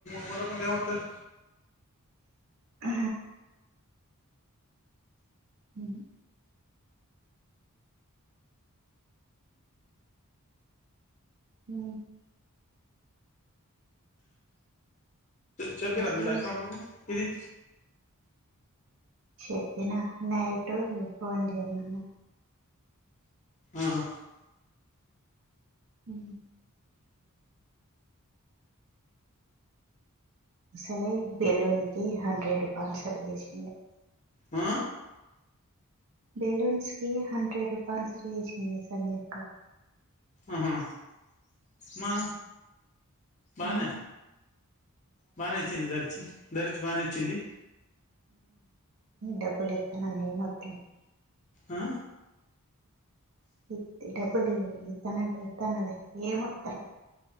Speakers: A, on the left (about 35°); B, on the right (about 60°).
A: మూలకుంటే ఎం బత్తది
B: ఆ మ్ హు హు
A: చెప్పిర్రా
B: అసలే
A: మీ లక్ష్మి మాక్కకు ఇది.
B: చెప్పినా నైటు ఫోన్ చేయమన్నా.
A: ఆహా
B: హ అసలే బెలూన్ కి హండ్రెడ్ స్పాన్సర్ చేసింది.
A: ఆ?
B: బెలూన్స్ కి హండ్రెడ్ స్పాన్సర్ చేసింది సంధ్యక్క.
A: ఆహా. మా బాగానే
B: ఉం
A: బాగానే ఇచ్చింది దరిచి ధరిచి బానే ఇచ్చింది.
B: డబ్బులు ఇతన న మొత్తం.
A: ఆ?
B: ఇ డబ్బులు ఇత్తనంటే వదన్నద ఏ ఆత్తాను